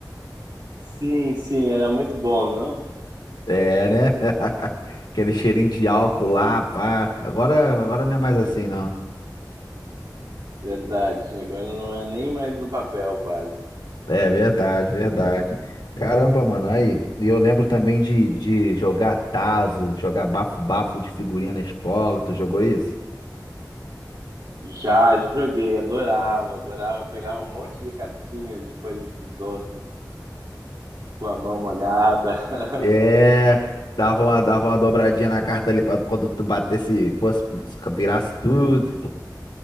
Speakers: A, on the right; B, on the left.
A: Sim, sim, era muito bom, não?
B: É, né? <laughs> Aquele cheirinho de álcool lá, pá. Agora, agora não é mais assim, não.
A: Verdade. Agora não é nem mais no papel, quase.
B: É verdade, verdade. Caramba, mano, aí. E eu lembro também de, de jogar tazo, jogar bafo-bafo de figurinha na escola. Tu jogou isso?
A: Já joguei, adorava, adorava. Pegava um monte de cartinhas de coisas dos outros, com a mão molhada. <laughs>
B: É, dava uma, dava uma dobradinha na carta ali pra quando tu batesse, fosse, virasse tudo.